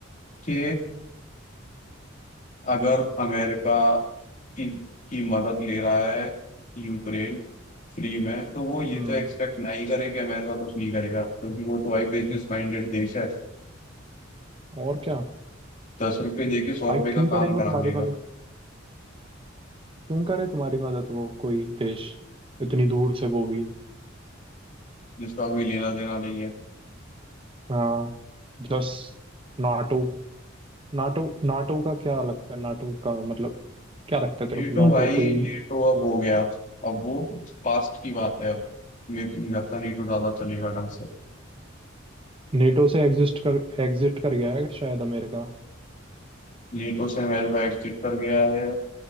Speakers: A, on the left; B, on the right.
A: कि अगर अमेरिका की की मदद ले रहा है यूक्रेन फ्री में तो वो ये
B: हम्म।
A: तो एक्सपेक्ट नहीं करे कि अमेरिका कुछ नहीं करेगा क्योंकि वो तो एक बिजनेस माइंडेड देश है
B: और क्या
A: दस रुपए दे के सौ
B: भाई
A: रुपए का
B: क्यों
A: काम
B: करे वो
A: करा
B: तुम्हारी
A: लेगा
B: मदद क्यों करे तुम्हारी मदद वो कोई देश इतनी दूर से वो भी
A: जिसका कोई लेना देना नहीं है
B: हाँ जस नाटो नाटो नाटो का क्या लगता है नाटो का मतलब क्या लगता है
A: नेटो
B: तेरे को नाटो
A: भाई
B: कोई
A: नेटो अब हो गया अब वो पास्ट की बात है अब मेरे को नहीं लगता नेटो ज्यादा चलेगा ढंग से
B: नेटो से एग्जिस्ट कर एग्जिट कर गया है शायद अमेरिका
A: नेटो से अमेरिका एग्जिट कर गया है